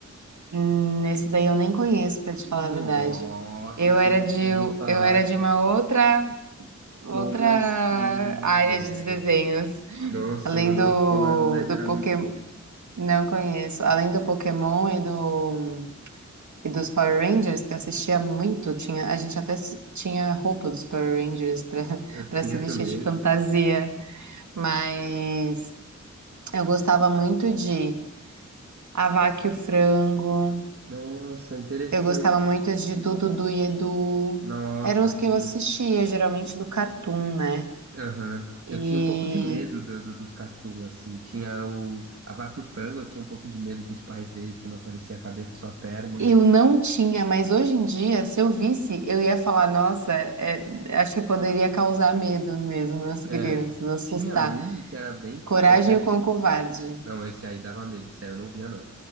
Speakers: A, on the right (about 75°); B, on the right (about 50°).
A: Hum, Esse daí eu nem conheço, pra te
B: Nossa,
A: falar a verdade. Eu
B: você
A: era
B: nunca
A: de,
B: ouviu falar
A: eu era
B: de
A: de uma outra,
B: Como
A: outra
B: assim,
A: área
B: velho?
A: de desenhos.
B: Nossa,
A: Além
B: manual
A: do,
B: escolar do Ned
A: do
B: era
A: Pokémon,
B: muito bom.
A: não conheço. Além do Pokémon e do, e dos Power Rangers, que eu assistia muito, tinha, a gente até se- tinha roupa dos Power Rangers para <laughs>
B: Eu tinha
A: para se vestir
B: também.
A: de fantasia. Mas eu gostava muito de A Vaca e o Frango.
B: Nossa, interessante.
A: Eu gostava muito de Dudu Du e Edu.
B: Nossa,
A: Eram os
B: juro.
A: que eu assistia, geralmente do Cartoon, né?
B: Aham.
A: E
B: Eu tinha um pouco de medo do- do- dos cartoons, assim. Tinha o... A Vaca e o Frango, eu tinha um pouco de medo dos pais deles, que não aparecia a cabeça, só a perna.
A: eu não tinha, mas hoje em dia, se eu visse, eu ia falar, nossa, é, acho que poderia causar medo mesmo nas
B: É.
A: crianças, assustar.
B: Tinha um que era bem psicodélico.
A: Coragem com o covarde.
B: Não, esse aí dava medo. Esse aí eu não via, não.